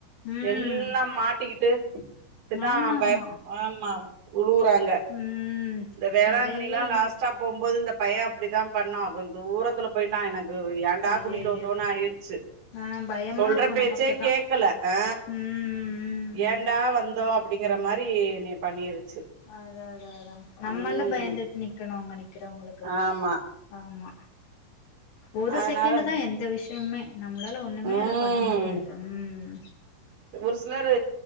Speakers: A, on the left (about 70°); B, on the right (about 40°).
A: ம்
B: எல்லா மாட்டிக்கிட்டு கிதா
A: ஆமாமா
B: பய ஆமா உழுவுறாங்க
A: ம்
B: இந்த வேளாங்கண்ணில்லா
A: நெறைய அந்த
B: லாஸ்ட்டாப் போம்போது இந்த பையே அப்டித்தா பண்ணா கொஞ்ச தூரத்துல போயிட்டா எனக்கு ஏ ன்டா
A: ஐயய்யோ
B: கூட்டிட்டு வந்தோனு ஆயிருச்சு
A: ஆ பயமா
B: சொல்ற
A: இருக்கு
B: பேச்சே
A: நமக்கு தா
B: கேக்கல அ
A: ம் ம்
B: ஏன்டா வந்தோ அப் பிடிங்கிற மாரி என்னய பண்ணிருச்சு
A: அதா அதா அதா நம்மல்ல
B: ம்
A: பயந்துட்டு நிக்கணு அங்க நிக்கிறவங்களுக்கு
B: ஆமா
A: ஆமா ஒரு
B: அதனால
A: செகண்ட் தா எந்த விஷயமுமே நம்மளால ஒண்ணுமே
B: ம்
A: அத பண்ண முடியாது ம்
B: ஒரு சிலரு